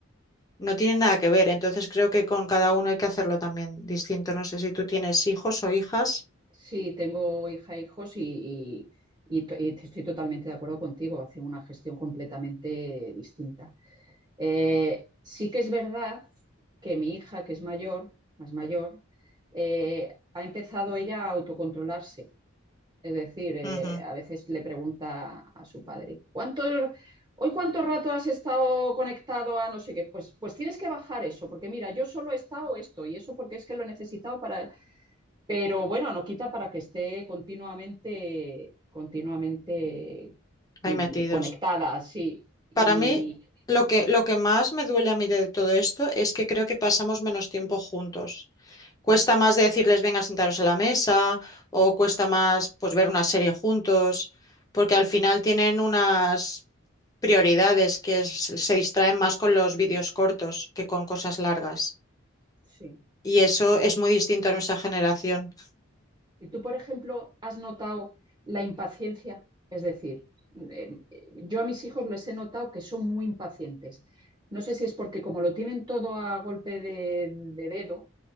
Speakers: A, on the left (about 20°); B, on the right (about 20°).
A: no tiene nada que ver, entonces creo que con cada uno hay que hacerlo también distinto. No sé si tú tienes hijos o hijas
B: Sí, tengo hija e hijos y, y- y to- y estoy totalmente de acuerdo contigo, hacen una gestión completamente distinta. Eh, sí que es verdad que mi hija, que es mayor, más mayor, eh, ha empezado ella a autocontrolarse. Es decir, eh,
A: Ujú.
B: a veces le pregunta a su padre, ¿cuánto, hoy cuánto rato has estado conectado a no sé qué? Pues, pues tienes que bajar eso, porque mira, yo solo he estado esto y eso porque es que lo he necesitado para. Pero bueno, no quita para que esté continuamente, continuamente
A: ahí
B: mm,
A: metidos.
B: conectada, sí. Y,
A: Para mí, lo que, lo que más me duele a mí de todo esto es que creo que pasamos menos tiempo juntos. Cuesta más de decirles, venga, sentaros a la mesa, o cuesta más pues ver una serie juntos, porque al final tienen unas prioridades que es- se distraen más con los vídeos cortos que con cosas largas.
B: sí.
A: Y eso es muy distinto a nuestra generación.
B: ¿Y tú, por ejemplo, has notado la impaciencia? Es decir, eh, yo a mis hijos les he notado que son muy impacientes. No sé si es porque como lo tienen todo a golpe de, de dedo,